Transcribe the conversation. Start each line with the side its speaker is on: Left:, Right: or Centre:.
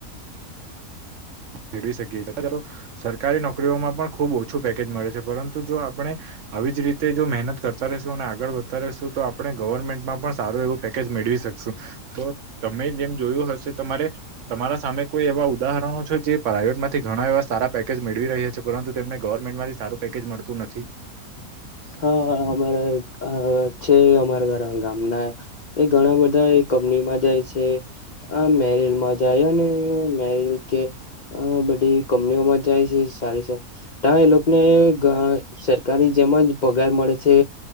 Right: મેળવી શકીએ છીએ તો સરકારી નોકરીઓમાં પણ ખૂબ ઓછું પેકેજ મળે છે પરંતુ જો આપણે- - આવી જ રીતે જો મહેનત કરતા રશું અને આગળ વધતા રશું તો આપણે ગવર્મેન્ટમાં પણ સારું એવું- - પેકેજ મેળવી શકશું. તો તમે જેમ જોયું હશે તમારે તમારા સામે કોઈ એવા ઉદાહરણો છે જે- - પ્રાઇવેટમાંથી ઘણા એવા સારા પેકેજ મેળવી રહ્યા છે પરંતુ તેમને ગવર્મેન્ટમાંથી સારું પેકેજ મળતું નથી.
Left: હા અમારે છે અમારા ગામના- - એ ઘણા બધા એ કંપની માં જાય- - છે આ મેરિલ માં જાય અને મેરિલ કે- - અ બધી કંપનીઓમાં જાય છે સારી સારી ત્યા એ લોકોને- - સરકારી જેમ જ પગાર મળે છે